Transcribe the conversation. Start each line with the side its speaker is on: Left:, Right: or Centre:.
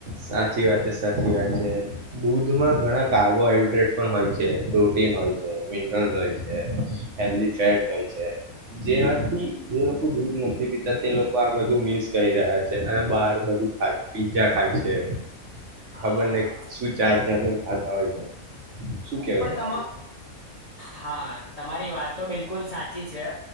Right: સાચી વાત છે. સાચી વાત છે. દૂધમાં ઘણા કાર્બોહાઈડ્રેટ પણ હોય છે, પ્રોટીન હોય છે, મિનરલસ હોય છે, હેલ્ધ ફેટ હોય છે, જેમાંથી જે લોકો દૂધ નથી પીતા તે લોકો આ બધું મિસ કરી રહ્યા છે. અને બાર બધું ખાય પીજા ખાય છે. એ.
Left: હા
Right: ખબર નઈ શું જાત-જાતનું રાત આવેય છે. શું કેવું
Left: પણ
Right: તમારું
Left: તમા હા. તમારી વાત તો બિલકુલ સાચી છે,